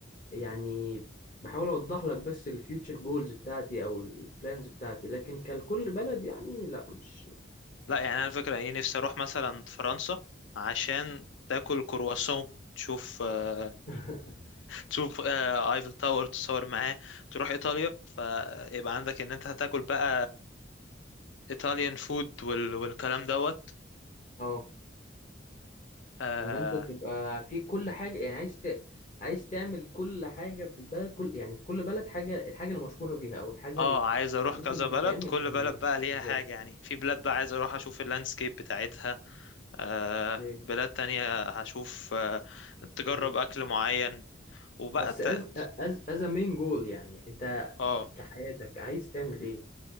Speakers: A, on the left; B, on the left.
A: يعني بحاول اوضح لك بس الفيوتشر جولز بتاعتي او البلانز بتاعتي لكن كلكل بلد يعني لا مش
B: لا يعني انا الفكره ايه نفسي اروح مثلا فرنسا عشان تاكل كرواسون تشوف آه،
A: <laughs>
B: تشوف آه، ايفل تاور تصور معاه تروح ايطاليا فيبقى عندك ان انت هتاكل بقى ايطاليان فود وال... والكلام دوت
A: اه
B: اه
A: ان انت تبقى في كل حاجة يعني عايز ت... عايز تعمل كل حاجة في البلد كل يعني في كل بلد حاجة الحاجة اللي مشهورة بيها او الحاجة
B: آه،
A: اللي
B: عايز اروح
A: ممكن
B: كذا
A: تتعمل
B: بلد كل بلد
A: هناك
B: بقى ليها
A: بالظبط
B: حاجة يعني في بلاد بقى عايز اروح اشوف اللاندسكيب بتاعتها آه
A: اوكي.
B: بلاد تانية هشوف آه تجرب
A: مم.
B: اكل معين وبقى
A: بس
B: ت...
A: از از از مين جول يعني انت
B: اه
A: في- كحياتك عايز تعمل ايه